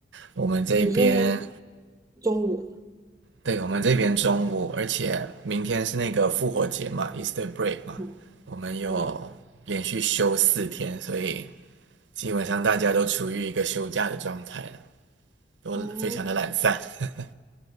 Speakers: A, on the right; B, on the right.
A: 我们这边
B: 你现在中午，
A: 对，我们这边中午，而且明天是那个复活节嘛，Easter break 嘛，
B: 嗯
A: 我们有连续休四天，
B: 嗯
A: 所以基本上大家都处于一个休假的状态了，都非常的懒散。
B: 哦。
A: <laughs>